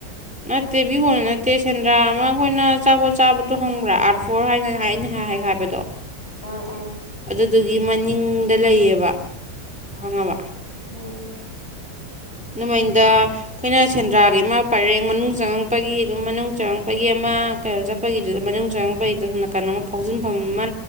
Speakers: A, in the centre; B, on the left (about 35°).
A: ꯅꯠꯇꯦ ꯕꯤ ꯀꯣꯟꯗ ꯅꯠꯇꯦ ꯁꯦꯟꯗ꯭ꯔꯥ ꯑꯃ ꯑꯩꯈꯣꯏꯅ ꯑꯆꯥꯄꯣꯠ ꯆꯥꯕꯗꯣ ꯈꯪꯕ꯭ꯔꯥ ꯑꯥꯔ ꯐꯣꯔ ꯍꯥꯏꯅ ꯅꯍꯥꯟ ꯑꯩꯅ ꯍꯥꯏ ꯍꯥꯏꯕꯗꯣ
B: ꯎꯝ ꯎꯝ
A: ꯑꯗꯨꯗꯨꯒꯤ ꯃꯅꯤꯡꯗ ꯂꯩꯌꯦꯕ ꯈꯪꯉꯕ
B: ꯑꯣ
A: ꯗꯨꯃꯅꯤꯡꯗ ꯑꯩꯈꯣꯏꯅ ꯁꯦꯟꯗ꯭ꯔꯥꯒꯤ ꯑꯃ ꯄꯔꯦꯡ ꯃꯅꯨꯡ ꯆꯪꯉꯛꯄꯒꯤ ꯑꯗꯨꯝ ꯃꯅꯨꯡ ꯆꯪꯉꯛꯄꯒꯤ ꯑꯃ ꯀꯩꯅꯣ ꯆꯠꯄꯒꯤꯗꯨꯗ ꯃꯅꯨꯡ ꯆꯪꯛꯉꯡꯄꯗꯣ ꯅꯥꯀꯟ ꯑꯃ ꯐꯥꯎꯖꯤꯟꯐꯝ ꯑꯃ